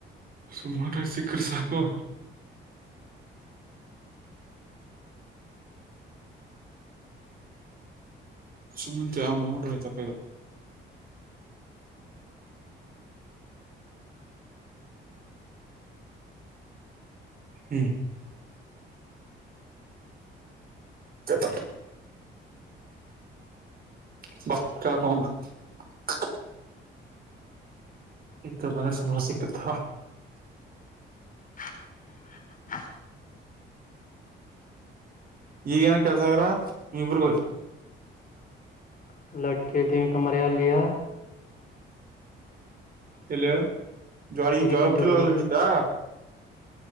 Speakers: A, on the right (about 45°); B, on the left (about 45°).
A: ಸುಮಾರಕ ಸಿಕ್ಕ್ರ ಸಾಕು ಸುಮ್ಮಂತ ಆ ನೋತಪ್ಪ ಇದು ಹ್ಮ್ ಜತ <unintelligible> ಇತ್ತ ಬಂದ್ರೆ ಸಮಾರ ಸಿಕ್ಕತ
B: <inaudible>
A: ಈಗ ಏನ ಕೆಲ್ಸಗ್ರ ಇಬ್ರಗೂ
B: <unintelligible>
A: ಎಲ್ಲಿ ಹೇಳು ಜೋಳ
B: ಸೂರಿಕಂತಿ
A: ಅಲ್ಲಿ
B: ಹೊಲ್ದಲ್ಲಿ
A: ಲಡಿತಾ